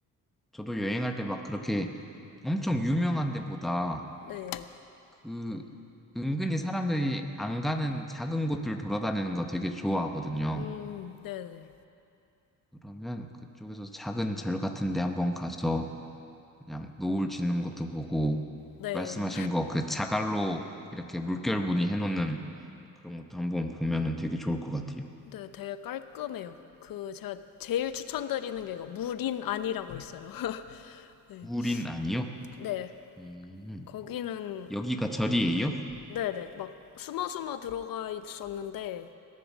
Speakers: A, in the centre; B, on the left (about 80°).
A: 저도 여행할 때 막 그렇게 엄청 유명한 데보다
B: 네.
A: 그 은근히 사람들이 안 가는 작은 곳들 돌아다니는 거 되게 좋아하거든요.
B: 음, 네네.
A: 그러면 그쪽에서 작은 절 같은 데 한번 가서 그냥 노을 지는 것도 보고
B: 네.
A: 말씀하신
B: 네,
A: 거 그 자갈로 이렇게 물결 무늬해 놓는 그런 것도 한번 보면은 되게 좋을 것 같아요.
B: 네, 되게 깔끔해요. 그, 제가 제일 추천드리는 게 이거, 무린 안이라고 있어요. <laughs> 네.
A: 우린 아니요?
B: 네.
A: 음,
B: 거기는
A: 여기가 절이에요?
B: 네네. 막 숨어 숨어 들어가 있었는데